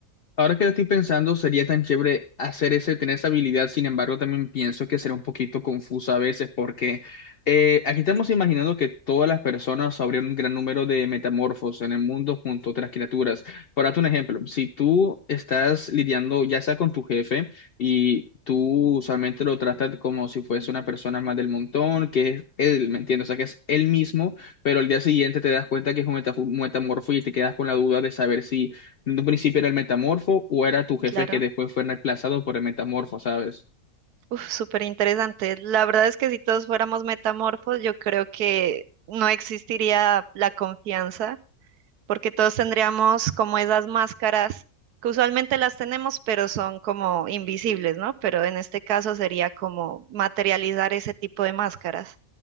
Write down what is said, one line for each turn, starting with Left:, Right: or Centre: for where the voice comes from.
Left: Ahora que lo estoy pensando, sería tan chévere hacer ese, tener esa habilidad. Sin embargo, también pienso que será un poquito confuso a veces porque eh, aquí estamos imaginando que todas las personas habría un gran número de metamorfos en el mundo junto a otras criaturas. Por darte un ejemplo, si tú estás lidiando ya sea con tu jefe y tú usualmente lo tratas como si fuese una persona más del montón, que es él, ¿me entiendes? O sea, que es él mismo, pero al día siguiente te das cuenta que es un metafo- metamorfo y te quedas con la duda de saber si en un principio era el metamorfo o era tu jefe
Right: claro.
Left: que después fue reemplazado por el metamorfo, ¿sabes?
Right: Uf, súper interesante. La verdad es que si todos fuéramos metamorfos, yo creo que no existiría la confianza porque todos tendríamos como esas máscaras que usualmente las tenemos, pero son como invisibles, ¿no? Pero en este caso sería como materializar ese tipo de máscaras.